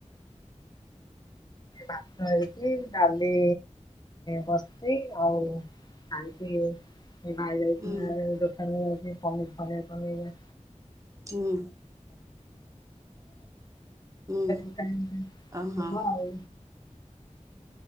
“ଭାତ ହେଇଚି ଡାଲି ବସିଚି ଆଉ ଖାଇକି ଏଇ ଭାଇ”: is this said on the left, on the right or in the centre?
Left